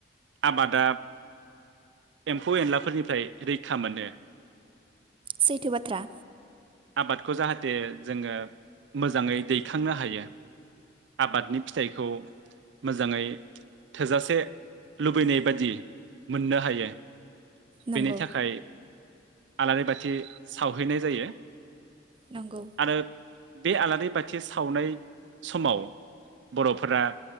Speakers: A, on the right (about 85°); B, on the right (about 30°).
A: आबादाब एम्फौ एनलाफोरनिफ्राय रैखा मोनो।
B: सैथो बाथ्रा।
A: आबादखौ जाहाथे जोङो मोजाङै दैखांनो हायो। आबादनि फिथाइखौ मोजाङै थोजासे लुबैनाय बादि मोननो हायो।
B: नंगौ
A: बेनि थाखाय आलारि बाथि सावहैनाय जायो।
B: नंगौ।
A: आरो बे आलारि बाथि सावनाय समाव बर'फोरा